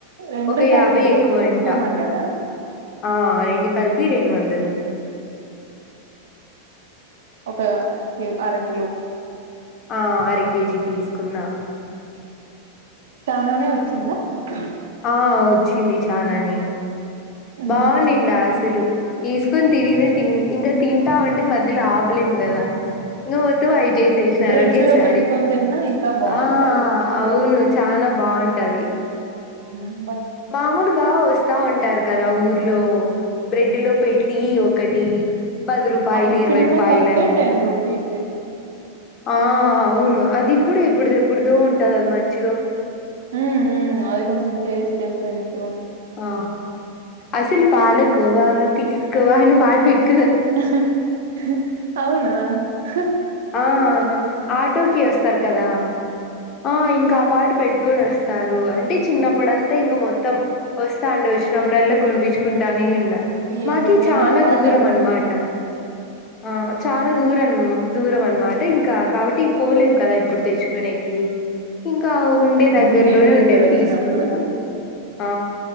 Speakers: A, on the right (about 60°); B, on the left (about 30°).
A: రెండు
B: ఒక యాభై
A: కలిపి
B: ఎక్కువ అంట
A: టూ హండ్రెడా
B: ఆ రెండు కలిపి రెండు వందలు
A: ఒక కి అర కిలో
B: ఆ అర కేజీ తీసుకున్నా
A: తమనే వచ్చంద అ
B: ఆ వచ్చింది చాలానే
A: ఉమ్
B: బా నిండా అసలు తిసుకొని తినదే తి ఇంకా తింటా అంటే మధ్యలో ఆపలేం కదా ఇంక మొత్తం అయిపో చేసేసినారు
A: బ్రెడ్
B: ఒకేసారి
A: లో పెట్టుకొని తిన్నా ఇంకా బాగుంటది
B: ఆ
A: బ్రెడ్
B: అవును చాలా బాగుంటది
A: ఆ
B: మామూలుగా వస్తా ఉంటారు కదా ఊర్లో బ్రెడ్ లో పెట్టి ఒకటి పది రూపాయలు
A: అప్పుడు
B: ఇరవై
A: చిన్న
B: రూపాయలని
A: కప్పే టెన్ రూపీస్
B: ఆ అవును అది కూడా ఇప్పుడు ఎప్పుడుదో ఉంటద అనమాంట చి
A: ఊ ఊ అది కొంచం టేస్ట్ డిఫరెంట్గా ఉం
B: ఆ! అసలు పాలకోవా తీసుకోవా అని పాడి పెట్
A: హ్ హ్ అవునా హ్
B: ఆ ఆటోకి వస్తారు కదా ఆ ఇంక ఆ పాట పెట్కొని వస్త ప్తారు అండి చ్ తిన్నప్పుడుంత ఇంగ మొత్తం వొస్ తాండు వచ్చినప్పుడుల్ల కొనిపించ్చుకుంటానే ఉన్ మాకి
A: ఏమో నేను
B: చాన
A: ఆ పాట
B: దూరం
A: ఎప్పుడు
B: అన్మాట
A: వినలేదు
B: ఆ చాన దూరం దూరం అన్ మాట ఇంకా కాబట్టి పోలేం కదా ప్పుడు తెచ్చుకునేకీ ఇంకా ఉండే దగ్గరలోనే
A: ఇంక ఇంటి
B: ఉండేవి
A: దగ్గర వచ్చినప్పుడు
B: తీసుకుంటాం
A: చూస్తా
B: ఆ